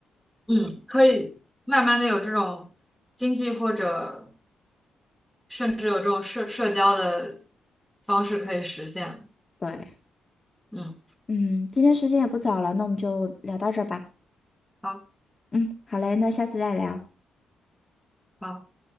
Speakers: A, in the centre; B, on the left.
A: 嗯，可以慢慢的有这种经济或者甚至有这种社社交的方式可以实现。
B: 对，
A: 嗯，
B: 嗯，今天时间也不早了，那我们就聊到这儿吧。
A: 好。
B: 嗯，好嘞，那下次再聊。
A: 好